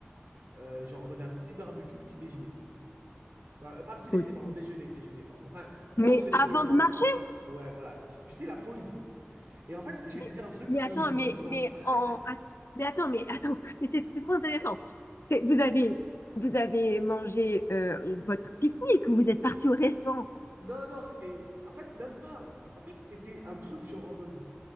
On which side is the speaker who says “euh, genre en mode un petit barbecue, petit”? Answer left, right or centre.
Right